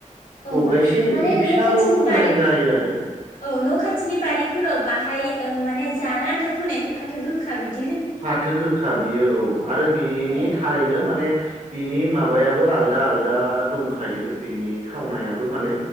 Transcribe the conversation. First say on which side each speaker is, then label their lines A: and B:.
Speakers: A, on the left (about 80°); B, on the right (about 70°).
A: औ
B: दब्लायसे
A: माने
B: बिदि फिसाल'
A: न' खाथिनि
B: फोनाय
A: बारि
B: जायो आरो
A: औ न' खाथिनि बारिफोराव बाहाय ओ माने जाना आन्था फोनायखौ फाथो गोखा बिद
B: फाथो गोखा बियो औ आरो बिनि
A: औ
B: थारैनो माने बिनि माबायाबो आलदा आलदा दंखायो बिनि थावनायाबो माने